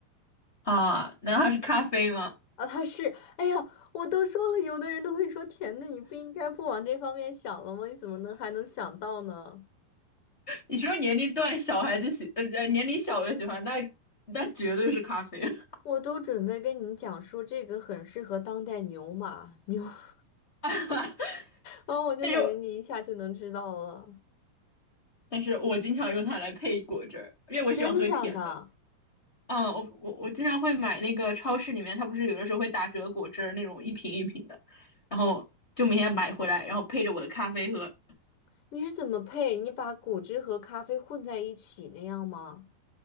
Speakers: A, on the left; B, on the left.
A: 啊？难道是咖啡吗？
B: 啊。它是，哎呀，我都说了，有的人都会说甜的，你不应该不往这方面想了吗？你怎么能还能想到呢？
A: 你说年龄段小孩子喜呃呃年龄小的喜欢，那那绝对是咖啡。
B: 我都准备跟你讲说这个很适合当代牛马牛，<laughs>
A: <laughs>
B: 哦，我就感觉你一下就能知道了。
A: 但是但是我经常用它来配果汁儿，因为我喜欢喝甜的。
B: 真的假的？
A: 嗯，我我我经常会买那个超市里面，它不是有的时候会打折果汁儿那种一瓶一瓶的，然后就每天买回来，然后配着我的咖啡喝。
B: 你是怎么配？你把果汁和咖啡混在一起那样吗？